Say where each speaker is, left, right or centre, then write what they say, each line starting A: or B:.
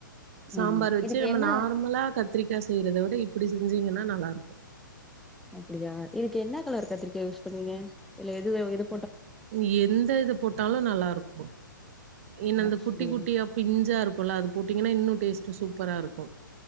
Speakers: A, on the right; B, in the centre.
A: சாம்பார்
B: ம்
A: வச்சு
B: இதுக்கு
A: நம்ம
B: என்ன
A: நார்மலா கத்திரிக்கா செய்யறதை விட இப்டி செஞ்சீங்கன்னா நல்லா இருக்கு
B: அப்டியா இதுக்கு என்னா கலர் கத்திரிக்கா யூஸ் பண்ணுவீங்க இல்ல எதுவே இது
A: இ எந்த இத போட்டாலும் நல்லா இருக்கு ஏன்ன அந்த
B: அப்டியா
A: குட்டி குட்டியா பிஞ்சா இருக்கும்ல்ல அது போட்டீங்கன்னா இன்னு டேஸ்ட்டு சூப்பரா இருக்கு